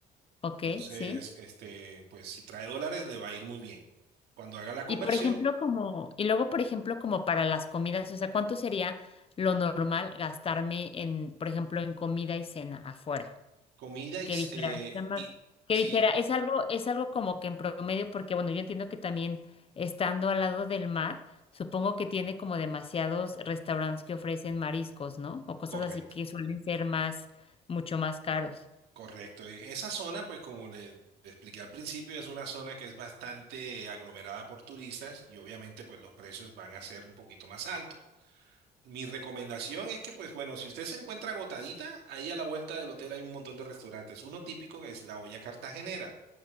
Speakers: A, on the left; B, on the right.
A: ok,
B: Entonces,
A: sí.
B: este, pues si trae dólares, le va a ir muy bien. Cuando haga la conversión,
A: Y por ejemplo, como, y luego, por ejemplo, como para las comidas, o sea, ¿cuánto sería lo normal gastarme en, por ejemplo, en comida y cena afuera?
B: comida y,
A: Que
B: s-
A: dijera,
B: eh,
A: está más-
B: y-
A: que
B: sí,
A: dijera, es algo, es algo como que en promedio, porque bueno, yo entiendo que también estando al lado del mar, supongo que tiene como demasiados restaurantes que ofrecen mariscos, ¿no? O cosas
B: correcto,
A: así que suelen ser más, mucho más caros.
B: correcto. E- Esa zona, pues como le le expliqué al principio, es una zona que es bastante aglomerada por turistas y obviamente pues los precios van a ser un poquito más altos. Mi recomendación es que, pues bueno, si usted se encuentra agotadita, ahí a la vuelta del hotel hay un montón de restaurantes. Uno típico que es La Olla Cartagenera.